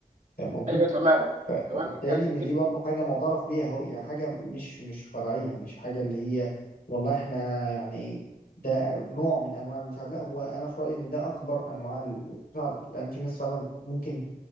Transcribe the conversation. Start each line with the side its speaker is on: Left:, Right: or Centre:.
Left: فاهم قصدي
Right: ايوه تمام
Left: ف-
Right: تمام
Left: فبالتالي
Right: انت هتدي
Left: ان دي
Right: ف-
Left: برضه حاجه معترف بيها اهو يعني حاجه مش مش فرعيه مش حاجه اللي هي والله احنا يعني ايه ده نوع من انواع المساعده لا هو انا في رايي ان ده اكبر انواع المساعده لان في ناس فعلا ممكن